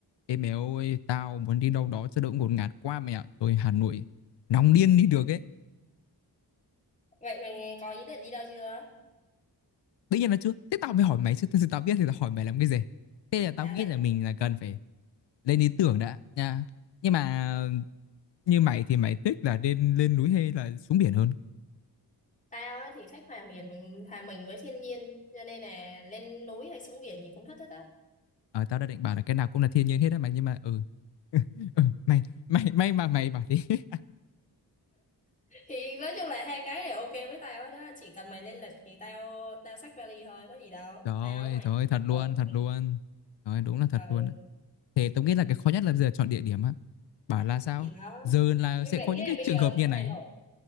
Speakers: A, on the left; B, on the left.
A: Ê mẹ ơi, tao muốn đi đâu đó cho đỡ ngột ngạt quá mẹ ạ. Tôi Hà Nội nóng điên đi được ấy.
B: Vậy mày có ý định đi đâu chưa?
A: Tất nhiên là chưa. Thế tao mới hỏi mày chứ. Thật sự tao biết thì tao hỏi mày làm cái gì. Thế là tao
B: Tao
A: nghĩ
B: lại
A: là mình là cần phải lên ý tưởng đã nha. Nhưng mà
B: à,
A: như mày thì mày thích là lên lên núi hay là xuống biển hơn?
B: tao á thì thích hòa mình hòa mình với thiên nhiên cho nên là lên núi hay xuống biển gì cũng thích hết á.
A: Ờ, tao đã định bảo là cái nào cũng là thiên nhiên hết á mày nhưng mà ừ. <laughs> ừ mày mày may mà mày bảo đi. <laughs>
B: Thì nói chung là hai cái đều ok với tao đó, chỉ cần mày lên lịch thì tao tao xách vali thôi, có gì đâu.
A: Trời ơi,
B: Tao với mày
A: trời ơi, thật luôn,
B: đâu rồi
A: thật luôn. Trời ơi, đúng là thật
B: Ờ
A: luôn. á. Thế tao nghĩ là cái khó nhất là bây giờ chọn địa điểm á. bảo là sao
B: thì đó.
A: giờ là
B: Nhưng
A: sẽ
B: mà
A: có
B: ý
A: những cái
B: là bây
A: trường
B: giờ
A: hợp như này
B: Hà Nội,